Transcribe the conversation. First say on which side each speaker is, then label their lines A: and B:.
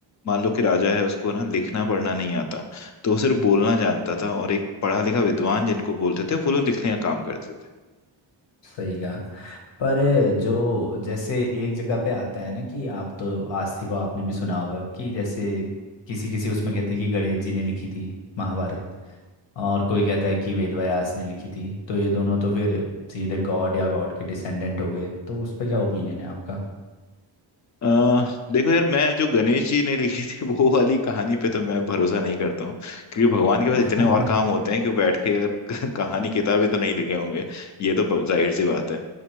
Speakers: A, on the left; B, on the left.
A: मान लो कि राजा है उसको ना लिखना पढ़ना नहीं आता तो वो सिर्फ बोलना जानता था और एक पढ़ा लिखा विद्वान जिनको बोलते थे वो लोग लिखने का काम करते थे
B: सही कहा पर जो जैसे एक जगह पे आता है ना कि आप तो आस्तिक को आपने भी सुना होगा कि जैसे किसी किसी उसमें कहते हैं कि गणेश जी ने लिखी थी महाभारत और कोई कहता है कि वेद व्यास ने लिखी थी तो ये दोनों तो फिर सीधे गॉड या गॉड के डिसेंडेंट हो गए तो उस पे क्या ओपिनियन है आपका
A: अ, देखो यार मैं जो गणेश जी ने लिखी थी वो वाली कहानी पे तो मैं भरोसा नहीं करता हूँ क्योंकि भगवान के
B: <laughs>
A: पास इतने और काम होते हैं कि वो बैठ के अगर <laughs> कहानी किताबें तो नहीं लिखे होंगे ये तो प- जाहिर सी बात है